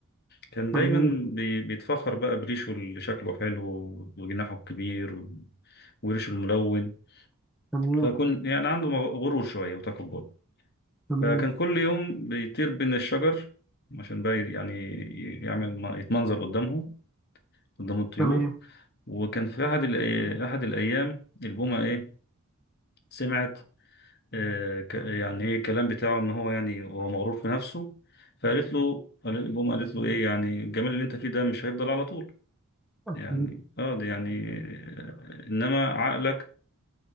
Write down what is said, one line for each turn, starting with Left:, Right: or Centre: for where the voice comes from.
Left: كان
Centre: تمام
Left: دايما بي- بيتفخر بقى بريشه اللي شكله حلو وجناحه الكبير و- وريشه الملون
Centre: تمام
Left: فكان يعني عنده مغ- غرور شوية وتكبر
Centre: تمام
Left: فكان كل يوم بيطير بين الشجر عشان بقى يعني ي- يعمل م- يتمنظر قدامهم قدام الطيور
Centre: تمام
Left: وكان في أحد الأي- أحد الأيام البومة إيه سمعت آه، ك- يعني إيه الكلام بتاعه إن هو يعني هو مغرور في نفسه فقالت له البومة قالت له إيه يعني الجمال اللي أنت فيه ده مش هيفضل على طول
Centre: أكيد.
Left: يعني اه ده يعني آه، انما عقلك